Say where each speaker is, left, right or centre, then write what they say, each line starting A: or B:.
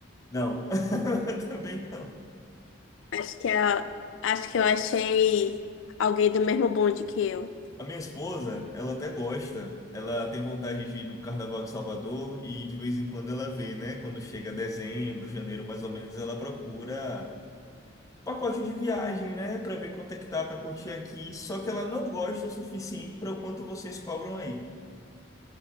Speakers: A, on the left (about 15°); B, on the left (about 70°).
A: Não, <laughs> também não.
B: Acho que, a- acho que eu achei alguém do mesmo bonde que eu.
A: A minha esposa, ela até gosta. Ela tem vontade de ir no Carnaval de Salvador e de vez em quando ela vê, né? Quando chega dezembro, janeiro, mais ou menos, ela procura pacote de viagem, né? Pra ver quanto é que tá pra curtir aqui. Só que ela não gosta o suficiente para o quanto vocês cobram aí.